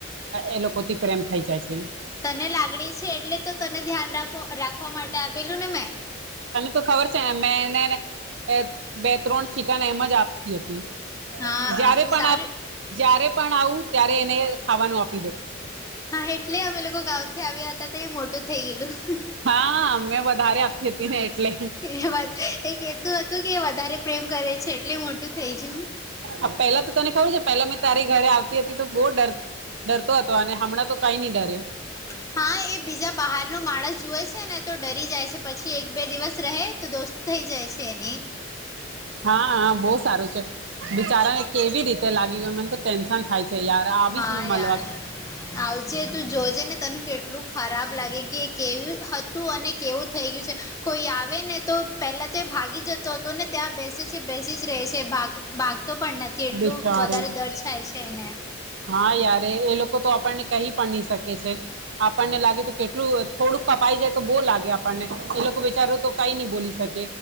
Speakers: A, on the right; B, on the left.
A: એ લોકોથી પ્રેમ થઈ જાય છે
B: તને લાગણી છે એટલે તો તને ધ્યાન રાખ રાખવા માટે આપેલું ને મેં
A: ખબર છે ને મે એને ને એ બે ત્રણ ચિકન એમ જ આપતી હતી
B: હા
A: જય્યારે
B: આપું
A: પણ
B: સારું
A: આપ જ્યારે પણ આવું ત્યારે એને ખાવાનું આપ
B: હા એટલે અમે લોકો ગાઉથી આવ્યા હતા તો એ મોટું થઇ ગયલું
A: હા મેં વધારે આપી હતી ને એટલે
B: એ વાત એક એતું હતું કે વધારે પ્રેમ કરે છે એટલે મોટું થઇ ગયું
A: આ પેલા તો તને ખબર છે પેલા મેં તારી ઘરે આવતી હતી તો બહ ડર ડરતો હતો અને હમણાં તો કઈ નહી ડરે
B: હ <unintelligible> હા એ બીજા બહાર ન માણસ જુએ છે ને તો ડરી જાય છે પછી એક બે દિવસ રહે તો દોસ્તો થઈ જાય છે એની
A: હા હા બહુ સારું છે બિચારાને કેવી રીતે લાગી ગય મને તો ટેન્શન થાય છે યાર આવીશ
B: હા
A: મે મલવા
B: યાર આવજે તું જોજે ને તને કેટલું ખરાબ લાગે કે કેવી હતું અને કેવું થઈ ગયું છે કોઈ આવે ને તો પહેલા તો એ ભાગી જતો હતો ને ત્યાં બેસે છે બેસી જ ર છે ભાગ ભાગતો પણ નથી એટલું
A: બેચારું
B: વધારે દર થાય છે એને
A: હા યાર એ એ લોકો તો આપણને કહી પણ નહી શકે છે આપણને લાગે તો કેટલું થોડુંક કપાઈ જાય તો બહ લાગે આપણને એ લોકો વિચારો તો કઈ નઈ બોલી શકે